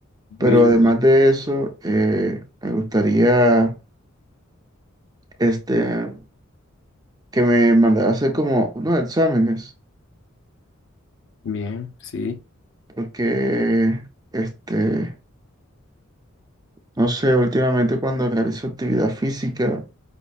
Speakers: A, on the right (about 20°); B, on the left (about 60°).
A: Pero
B: Y yo,
A: además de eso, eh, me gustaría este, que me mandara a hacer como unos exámenes,
B: Bien, sí.
A: porque este, no sé, últimamente cuando realizo actividad física,